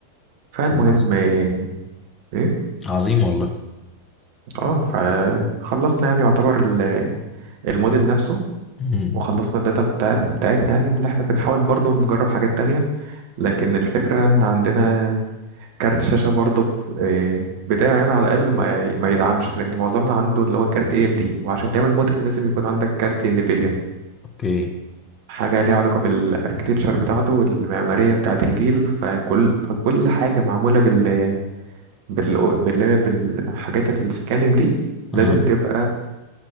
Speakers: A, on the right; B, on the left.
A: فالمهم
B: عظيم
A: ايه إيه؟
B: عظيم والله
A: اه فخلصنا يعني يعتبر ال- الموديل نفسه
B: امم
A: وخلصنا الداتا بتاعت بتاعتها يعني اللي احنا بنحاول برضو نجرب حاجات تانية لكن الفكرة ان عندنا كارت شاشة برضه ب- إيه، بتاعي أنا على الأقل ما, ما يدعمش لأن معظمنا عنده اللي هو كارت اي ام دي وعشان تعمل موديل لازم يكون عندك كارت انفيديا
B: اوكي
A: حاجة ليها علاقة بالاركتكتشر بتاعته والمعمارية بتاعة الجيل فكل فكل حاجة معمولة بال بال بال بالحاجات السكاننج دي
B: اه
A: لازم تبقى